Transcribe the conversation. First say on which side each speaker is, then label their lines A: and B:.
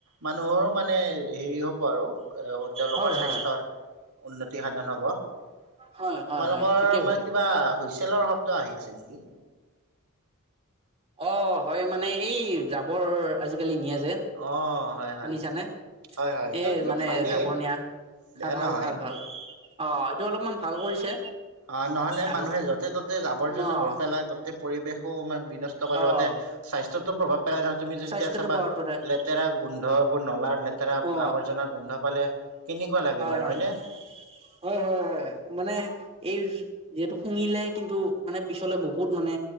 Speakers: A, on the right; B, on the right.
A: মানুহৰো মানে হেৰি হ'ব আৰু তেওঁলোকৰ
B: হয়,
A: স্বাস্থ্যৰ
B: হয়,
A: উন্নতি সাধন হ'ব তোমালোকৰ
B: হয়, হয়, হয়, ঠিকে কৈছা।
A: মাৰ কিবা হুইচেলৰ শব্দ আহি আছে নেকি?
B: অ হয় মানে এই জাবৰ আজিকালি নিয়ে যে
A: অ', হয় হয়।
B: শুনিছানে
A: হয় হয় এইটো
B: এ
A: কিন্তু
B: মানে
A: ভালেই
B: জাবৰ নিয়া
A: বেয়া
B: খা ভাল
A: নহয়।
B: ভাল ভাল অ এইটো অলপমান ভাল কৰিছে
A: অ নহলে
B: আগতকে।
A: মানুহে য'তে ত'তে আৱৰ্জনাবোৰ
B: অ',
A: পেলাই গোটেই পৰিবেশো আমাৰ বিনষ্ট কৰি লওঁতে
B: অ'।
A: স্বাস্থ্য য'ত তত প্ৰভাৱ পেলাই নহয় তুমি যেতিয়া
B: স্বাস্থ্যটো
A: চাবা
B: পৰত পঠায়
A: লেতেৰা গোন্ধ এইবোৰ নলাৰ লেতেৰা
B: অ
A: আৱৰ্জনাৰ গোন্ধ পালে কেনেকুৱা লাগে
B: হয়
A: বাৰু
B: হয়
A: হয়নে?
B: হয় হয় হয় মানে এই যিহেতু শুঙিলে কিন্তু মানে পিছলৈ বহুত মানে